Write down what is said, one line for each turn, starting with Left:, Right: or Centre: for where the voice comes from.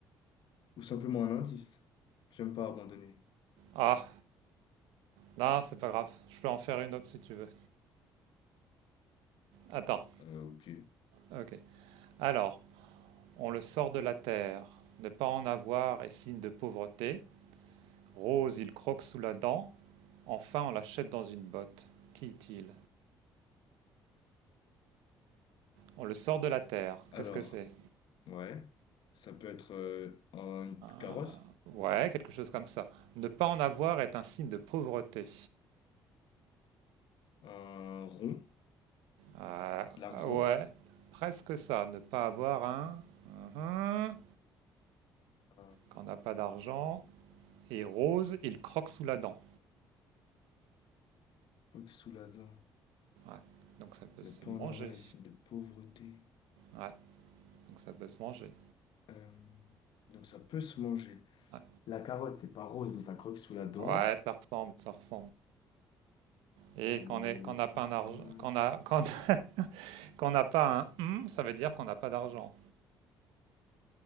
Left: Ou simplement un indice. J'aime pas abandonner.
Right: Ah, non, c'est pas grave. Je peux en faire une autre si tu veux. Attends,
Left: Euh, ok.
Right: ok. Alors, on le sort de la terre. Ne pas en avoir est signe de pauvreté. Rose, il croque sous la dent. Enfin, on l'achète dans une botte. Qui est-il? On le sort de la terre.
Left: Alors,
Right: Qu'est-ce que c'est?
Left: ouais. Ça peut être euh, un- une
Right: Euh,
Left: carotte.
Right: Ouais, quelque chose comme ça. Ne pas en avoir est un signe de pauvreté.
Left: un rond,
Right: Ah,
Left: l'argent,
Right: ouais, presque ça. Ne pas avoir un. Mhm.
Left: un
Right: Quand on n'a pas d'argent. Et Rose, il croque sous la dent.
Left: truc sous la dent,
Right: Ouais. Donc ça peut
Left: ne
Right: se
Left: pas
Right: manger.
Left: en avoir les signes de pauvreté.
Right: Ouais, donc ça peut se manger.
Left: Euh, donc ça peut se manger.
Right: Ouais,
Left: La carotte, c'est pas rose, mais ça croque sous la dent.
Right: Ouais, ça ressemble, ça ressemble. Et
Left: Euh,
Right: quand
Left: la
Right: on n'a
Left: patate,
Right: pas un argent, quand a, quand, <laughs> quand n'a pas un hum, ça veut dire qu'on n'a pas d'argent.